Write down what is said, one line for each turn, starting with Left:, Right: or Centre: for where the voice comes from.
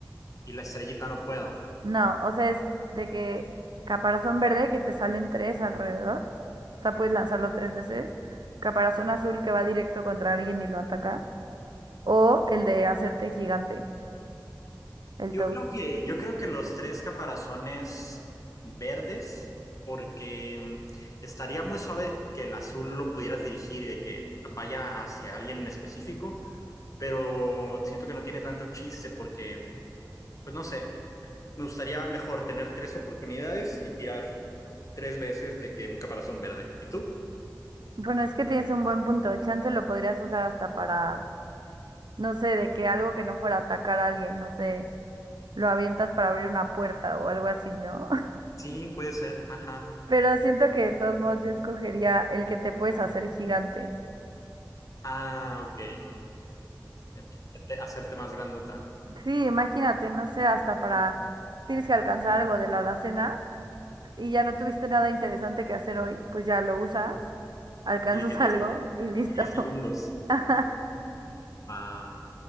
Left: y la estrellita no puedo.
Right: No, o sea, es de que caparazón verde que te salen tres alrededor. O sea, puedes lanzarlo tres veces. Caparazón azul que va directo contra alguien y lo ataca. O el de hacerte gigante, el
Left: Yo
Right: Toad.
Left: creo que, yo creo que los tres caparazones verdes, porque mm, estaría muy suave que el azul lo pudieras dirigir y de que vaya hacia alguien en específico, pero siento que no tiene tanto chiste porque, pues no sé, me gustaría mejor tener tres oportunidades y tirar tres veces de que un caparazón verde. ¿Y tú?
Right: Bueno, es que tienes un buen punto. Chance lo podrías usar hasta para, no sé, de que algo que no fuera a atacar a alguien, no sé, lo avientas para abrir una puerta o algo así, ¿no? <laughs>
Left: Sí, puede ser. Ajá.
Right: Pero siento que de todos modos yo escogería el que te puedes hacer gigante.
Left: Ah, ok. de hacerte más grandota
Right: Sí, imagínate, no sé, hasta para, tienes que alcanzar algo de la alacena y ya no tuviste nada interesante que hacer hoy, pues ya lo usas, alcanzas
Left: y de que 10
Right: <laughs> algo y listo.
Left: y 10 segundos.
Right: <laughs> Ajá,
Left: Ah,